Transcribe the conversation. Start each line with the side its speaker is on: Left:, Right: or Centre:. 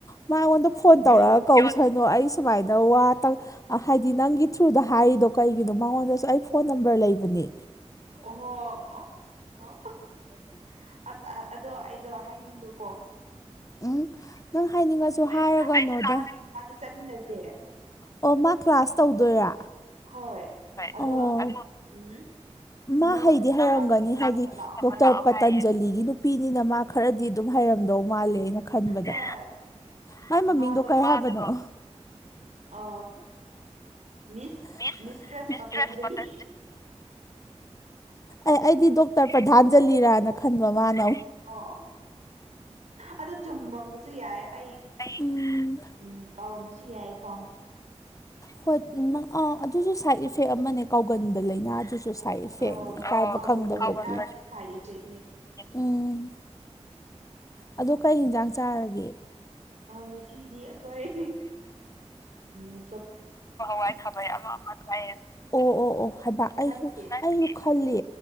Left: ꯃꯥ ꯑꯩꯉꯣꯟꯗ ꯐꯣꯟ ꯇꯧꯔꯒ
Right: ꯌꯣꯠ
Left: ꯀꯧꯁꯅꯨ ꯑꯩ ꯐꯥꯏꯗ ꯋꯥ ꯑ <inaudible> ꯍꯥꯏꯗꯤ ꯅꯪꯒꯤ ꯊ꯭ꯔꯨꯗ ꯍꯥꯏꯔꯤꯗꯣ ꯀꯩꯒꯤꯅꯣ ꯃꯉꯣꯟꯗꯁꯨ ꯑꯩ ꯐꯣꯟ ꯅꯝꯕꯔ ꯂꯩꯕꯅꯤ
Right: ꯑꯣ <unintelligible> <inaudible> ꯑꯁ ꯑꯗꯣ ꯑꯩꯗꯣ ꯍꯥꯏꯅꯤꯡꯕꯀꯣ
Left: ꯎꯝ ꯅꯪ ꯍꯥꯏꯅꯤꯡꯉꯁꯨ
Right: ꯑꯩꯁꯨ
Left: ꯍꯥꯏꯔꯒꯅꯣꯗ
Right: ꯂꯥꯛꯀꯅꯤ ꯃꯥꯒꯤ ꯃꯅꯥꯛꯇ ꯆꯠꯃꯤꯟꯅꯁꯦ
Left: ꯑꯣ ꯃꯥ ꯀ꯭ꯂꯥꯁ ꯇꯧꯗꯣꯏꯔꯥ
Right: ꯍꯣꯏ ꯑꯗꯨꯒ
Left: ꯑꯣ
Right: ꯎꯝ
Left: ꯃꯥ
Right: ꯅꯪ
Left: ꯍꯩꯗꯤ ꯍꯩꯔꯝꯒꯅꯤ
Right: ꯆꯥꯛ ꯆꯥꯃꯤꯟꯅꯕ
Left: ꯍꯥꯏꯗꯤ
Right: ꯂꯥꯛꯑꯣ
Left: ꯗꯣꯛꯇꯔ
Right: ꯍꯥꯏꯌꯦ
Left: ꯄꯇꯟꯖꯂꯤꯒꯤ ꯅꯨꯄꯤꯅꯤꯅ ꯃꯥ ꯈꯔꯗꯤ ꯑꯗꯨꯝ ꯍꯩꯔꯝꯗꯧ ꯃꯥꯜꯂꯦꯅ ꯈꯟꯕꯗ
Right: ꯍꯣꯏ
Left: ꯃꯥꯏ ꯃꯃꯤꯡꯗꯣ
Right: ꯃꯥꯗꯣ
Left: ꯀꯩ ꯍꯥꯏꯕꯅꯣ ꯑ
Right: ꯑ ꯃꯤꯁ
Left: ꯃꯤ
Right: ꯃꯤꯁꯇ꯭ꯔꯦꯁ
Left: ꯃꯤꯁꯇꯦꯁ
Right: ꯄꯇꯟꯖꯂꯤ
Left: ꯄꯇꯥ ꯑꯦ ꯑꯩꯗꯤ ꯗꯣꯛꯇꯔ ꯄ꯭ꯔꯙꯥꯟꯖꯂꯤꯔꯥꯅ ꯈꯟꯕ ꯃꯥꯅ ꯑꯃꯨꯛ
Right: ꯑ ꯑꯗꯨ ꯆꯨꯝꯃꯝꯕꯁꯨ ꯌꯥꯏ ꯑꯩ
Left: ꯎꯝ
Right: ꯎꯝ ꯀꯥꯎꯔꯝꯕꯁꯨ ꯌꯥꯏꯀꯣ
Left: ꯍꯣꯏ ꯅꯪ ꯑꯥ ꯑꯗꯨꯁꯨ ꯁꯥꯏꯠ ꯏꯐꯦꯛ ꯑꯃꯅꯦ ꯀꯥꯎꯒꯟꯕ ꯂꯥꯏꯅꯥꯗꯨꯁꯨ ꯁꯥꯏꯠ ꯏꯐꯦꯛꯅꯤ
Right: ꯑꯣ
Left: ꯏꯀꯥꯏꯕ
Right: ꯀꯥꯎꯒꯟꯕ
Left: ꯈꯪꯗꯕꯗꯤ
Right: ꯂꯥꯏꯅꯥꯁꯦ ꯁꯥꯏꯠ ꯏꯐꯦꯛꯅꯦ
Left: ꯎꯝ ꯑꯗꯣ ꯀꯩ ꯍꯤꯟꯖꯥꯡ ꯆꯥꯔꯒꯦ
Right: ꯑ ꯉꯁꯤꯗꯤ ꯑꯩꯈꯣꯏ ꯎ
Left: ꯋꯥꯏ ꯑꯣ ꯑꯣ ꯑꯣ ꯍꯥꯏꯕ ꯑꯩꯁꯨ
Right: ꯅꯪꯗꯤ
Left: ꯑꯩ ꯈꯜꯂꯤ